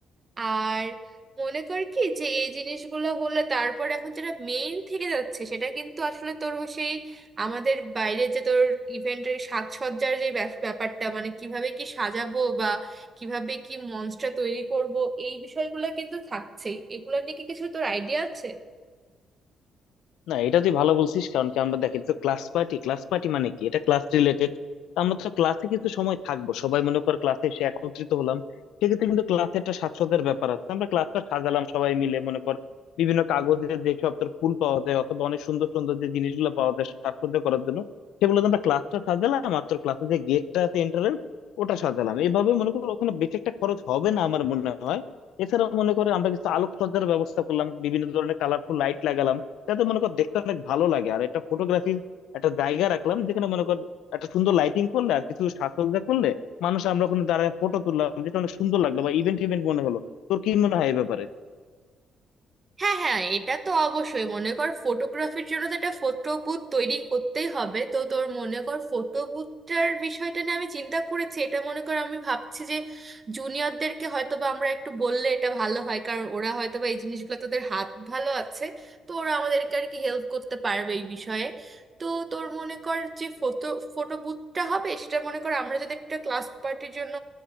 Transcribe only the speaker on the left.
না এটা তুই ভালো বলছিস কারণ কি আমরা দেখি তো ক্লাস পার্টি ক্লাস পার্টি মানে কি এটা ক্লাস রিলেটেড আমরা তো ক্লাসে কিছু সময় থাকবো সবাই মনে কর ক্লাসে এসে একত্রিত হলাম সেক্ষেত্রে কিন্তু ক্লাসে একটা সাজসজ্জার ব্যাপার আছে আমরা ক্লাসটা সাজালাম সবাই মিলে মনে কর বিভিন্ন কাগজের যেসব তোর ফুল পাওয়া যায় অথবা অনেক সুন্দর সুন্দর যে জিনিসগুলো পাওয়া যায় সাজসজ্জা করার জন্য সেগুলো তো আমরা ক্লাসটা সাজালাম আর তোর ক্লাসে যে গেটটা আছে এন্ট্রান্স ওটা সাজালাম এভাবে মনে কর ওখানে বেশি একটা খরচ হবে না আমার মনে হয় এছাড়াও মনে করো আমরা কিছু আলোকসজ্জার ব্যবস্থা করলাম বিভিন্ন ধরনের কালারফুল লাইট লাগালাম যাতে মনে কর দেখতে অনেক ভালো লাগে আর একটা ফটোগ্রাফির একটা জায়গা রাখলাম যেখানে মনে কর একটা সুন্দর লাইটিং করলে আর কিছু সাজসজ্জা করলে মানুষ আমরা ওখানে দাঁড়ায় ফটো তুললাম যেটা অনেক সুন্দর লাগলো বা ইভেন্ট ইভেন্ট মনে হলো তোর কি মনে হয় এই ব্যাপারে